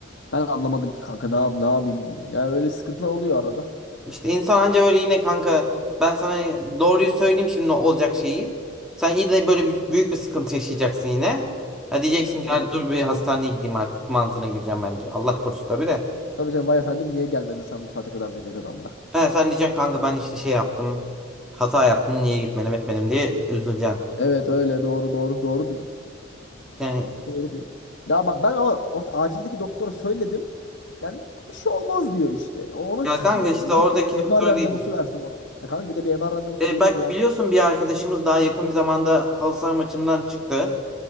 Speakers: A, on the left; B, in the centre.
A: Ben anlamadım ki kanka ne yap ne yapayım bilmiyorum. Yani öyle sıkıntılar oluyor arada.
B: İşte insan anca böyle yine kanka ben sana doğruyu söyleyeyim şimdi ne olacak şeyi. Sen yine böyle bir- büyük bir sıkıntı yaşayacaksın yine. Ha diyeceksin
A: Yani
B: ki
A: o
B: hadi
A: zaman.
B: dur bir hastaneye gideyim artık mantığına gireceğim bence. Allah korusun tabii de.
A: Tabii canım vay efendim niye gelmedin sen bu saate kadar diyecek adam da.
B: Ha, sen diyeceksin kanka ben işte şey yaptım. Hata yaptım niye gitmedim etmedim diye üzüleceksin.
A: Evet öyle doğru doğru doğru diyorsun.
B: Yani
A: Doğru diyorsun. Ya bak ben ama orta, acildeki doktora söyledim. Yani bir şey olmaz diyor işte. Ona
B: ya
A: sızıyorum.
B: kanka işte
A: Ya git
B: oradaki
A: bir
B: doktora
A: MR randevusu
B: değil.
A: versin bana. Ya kanka bir de bir MR randevusu
B: E,
A: veriyor
B: bak
A: bir ay.
B: biliyorsun bir arkadaşımız daha yakın bir zamanda halı saha maçından çıktı.
A: Evet,